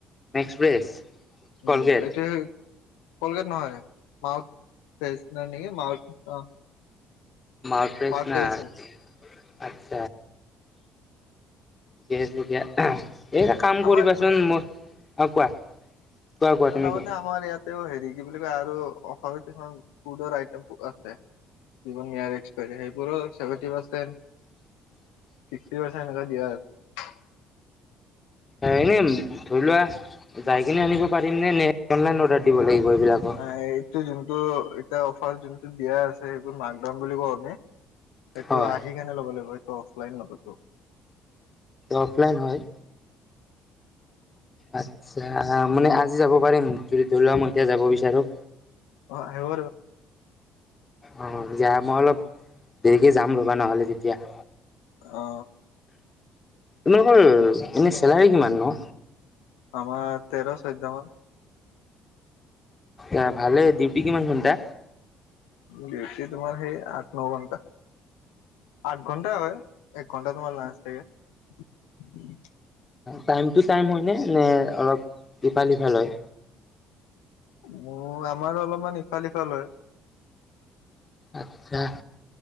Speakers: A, on the left; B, on the left.
A: মেক্স ফ্ৰেছ
B: <inaudible>
A: কলগেট
B: উম এতিয়া কলগেট নহয় মাউথেচ। ন এনেকে মাউত অ।
A: অপেছ
B: মাউথ
A: নাই।
B: ফ্ৰেছ হয়।
A: <unintelligible> ঠিকেই আছে দিয়া। এই কাম কৰিবাচোন
B: আমাৰ
A: মই অ কোৱা কোৱা কোৱা
B: তাৰমানে
A: তুমি কোৱা।
B: আমাৰ ইয়াতেও হেৰি কি বুলি কয় আৰু অফাৰৰ কিছুমান ফুডৰ আইটম আছে। <inaudible> সেইবোৰোভেটি পাৰ্চেট।
A: <unintelligible>
B: ছিক্সটি পাৰ্চেণ্ট এক দিয়া আৰু।
A: এনে ধৰি লোৱা যাই কিনে আনিব পাৰিম নে নে অনলাইন অৰ্ডাৰ দিব লাগিব। এইবিলাকৰ
B: নাই এইটো যোনটো এতিয়া। যোনটো দিয়া আছে সেইবোৰ মাকদাম বুলি কওঁ আমি সেইটো
A: হয়
B: আহি কেনে ল'ব লাগিব। অফলাইন নহব।
A: অফলাইন হয় আত। মানে আজি যাব পাৰিম যদি ধৰি লোৱা মই এতিয়া যাব বিচাৰো।
B: অ আহিব।
A: অ এতি মই অলপ দেৰিকে যাম ৰবা নহ'লে তেতিয়া।
B: অ
A: তোমালোকৰ এনে চেলাৰী কিমান নো।
B: আমাৰ তেৰ চৈধ্য মান
A: এ ভালেই ডিউটি কিমান ঘটা।
B: ডিউটি তোমাৰ সেই আঠ ন ঘনটা। আঠ ঘন্টাই হয় এক ঘন্টা তোমাৰ লাঞ্চ থাকে।
A: টাইম টু টাইম হয়নে নে অলপ ইফাল সিফাল হয়।
B: মোৰ আমাৰ অলপমান ইফাল সিফাল হয়।
A: আচ্ছা